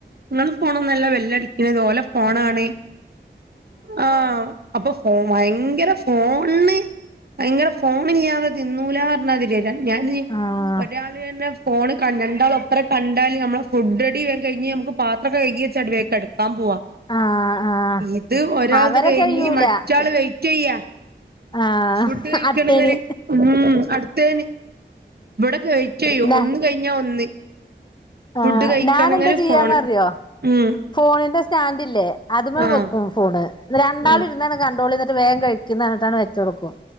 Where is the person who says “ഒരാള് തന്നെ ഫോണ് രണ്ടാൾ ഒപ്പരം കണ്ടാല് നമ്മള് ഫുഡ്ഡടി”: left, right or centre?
Right